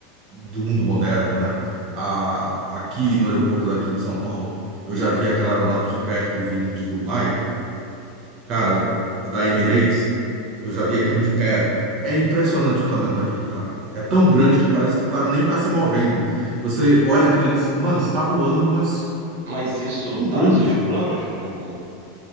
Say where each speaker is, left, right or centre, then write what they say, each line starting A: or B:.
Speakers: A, on the right; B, on the right.
A: do mundo moderno, né? A, aqui no aeroporto daqui de São Paulo, eu já vi aquela aeronave de perto vindo de Dubai, Cara, da Emirates, eu já vi aquilo de perto. É impressionante o tamanho daquilo, cara. É tão grande que parece que tá, nem tá se movendo. Você olha aquilo ali, e diz, mano, está voando, mas
B: Mas isso
A: tão
B: tá
A: grande.
B: nos seus planos? No,